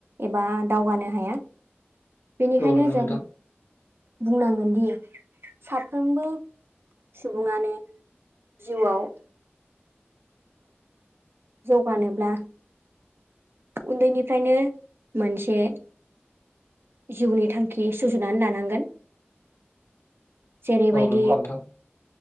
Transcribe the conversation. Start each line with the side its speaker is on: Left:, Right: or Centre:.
Right: एबा दावगानो हाया। बेनिखायनो
Left: औ नंगौ
Right: जों
Left: नोंथां
Right: बुंनांगोनदि साफ्रोमबो सुबुङानो जिउआव जौगानोब्ला उन्दैनिफ्रायनो मोनसे जिउनि थांखि सुजुनानै लानांगोन जेरैबायदि
Left: औ नंगौ नोंथां